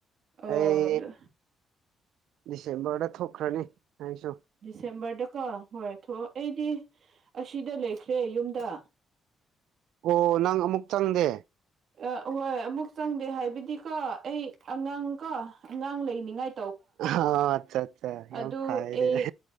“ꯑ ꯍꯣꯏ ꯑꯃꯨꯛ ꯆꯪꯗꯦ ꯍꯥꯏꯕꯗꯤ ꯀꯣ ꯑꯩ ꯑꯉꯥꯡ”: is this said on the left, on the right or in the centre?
Right